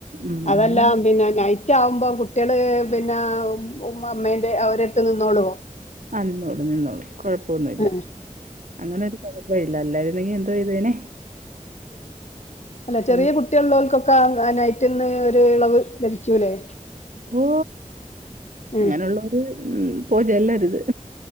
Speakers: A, on the right (about 70°); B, on the left (about 55°).
A: ഉം
B: അതെല്ലാ
A: വന്ന
B: പിന്നെ നൈ റ്റാവുമ്പോ കുട്ടികള് പിന്നെ ഉം ഉമ്മാമ്മന്റെ അവരെടുത്ത് നിന്നോളുവോ?
A: ആഹ്. നിന്നോളും നിന്നോളും കൊഴപ്പൊന്നുല്ല
B: ഏഹ്
A: അങ്ങനൊ രു കുഴപ്പോമില്ല അല്ലാരുന്നെങ്കി എന്തു ചെയ്തേനെ?
B: അല്ല ചെറിയ
A: ഒന്ന്
B: കുട്ട് കുട്ടിയുള്ളോൽ ക്കൊക്കെ ആ നെറ്റിന്ന് ഒരു ഇളവ് ലഭിക്കൂല്ലേ?
A: ഓ അങ്ങനുള്ളോര്
B: ഏഹ്
A: ഉം പോയി ചെല്ലരുത്.